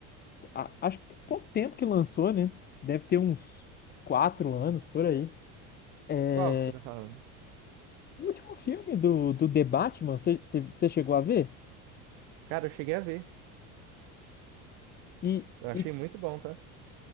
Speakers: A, on the left; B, on the right.
A: a- Acho que tem pouco tempo que lançou, né? Deve ter uns uns quatro anos por aí. É,
B: Qual que você tá falando?
A: O último filme do, do The Batman, você chegou a ver?
B: Cara, eu cheguei a ver.
A: E,
B: Eu achei
A: e
B: muito bom, tá?